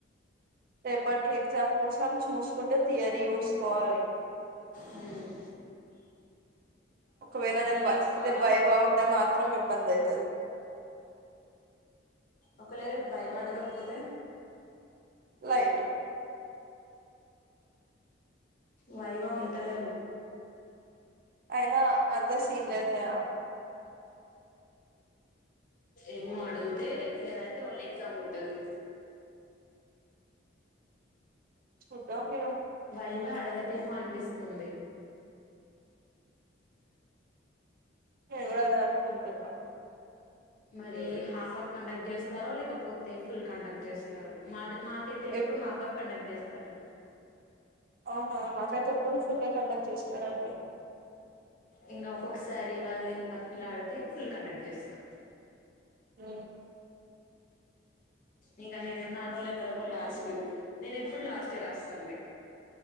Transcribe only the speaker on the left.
ఉం
నేర్చుకోవాలా
ఒకళరేప్ వైవా అడగకపోతే
వైవా ఉంటాదేమో
ఏమో అడిగితే లేదంటే ఓన్లీ ఎగ్జామ్ ఉంటంది
బయి ఇ అడగదేమో అనిపిస్తుంది
మరి హాఫ్ హాఫ్ కండక్ట్ చేస్తారో లేకపోతే ఫుల్ కండక్ట్ చేస్తారు మా దగ్గ మాకైతే ఎప్పుడు
హాఫ్ ఆఫ్ కండక్ట్ చేస్తారండి
ఇంగ ఒక్కొక్కసారి వాళ్ళు దీని బతిమలా డితే ఫుల్ కండక్ట్ చేస్తారు
ఇంగ నేనేమొ నారోల్ నెంబరేమో లాస్ట్ నేను ఎప్పుడు లాస్టే రాస్తుండే